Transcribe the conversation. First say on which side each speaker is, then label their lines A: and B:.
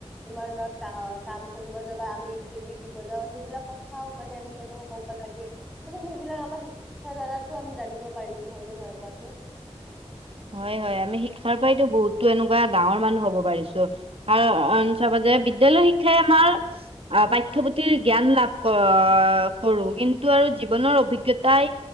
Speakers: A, in the centre; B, on the right.
A: তোমাৰ ধৰা কাম কৰিব যাবা, আমি ইন্টাৰভিউ দিব যাওঁ সেইবিলাক কথাও মানে আমি কেনেকুৱা ক'ব লাগে মানে সেইবিলাক আমাৰ শিক্ষাৰদ্বাৰা আমি জানিব পাৰিছো হয় নে নহয় কোৱাচোন?
B: হয় হয় আমি শিক্ষাৰ পৰাইতো বহুতো এনেকুৱা ডাঙৰ মানুহ হ'ব পাৰিছো। কাৰণ ওচৰ-পাজৰে বিদ্যালয় শিক্ষাই আমাৰ আহ পাঠ্যপুথিৰ জ্ঞান লাভ কৰো, কিন্তু আৰু জীৱনৰ অভিজ্ঞতাই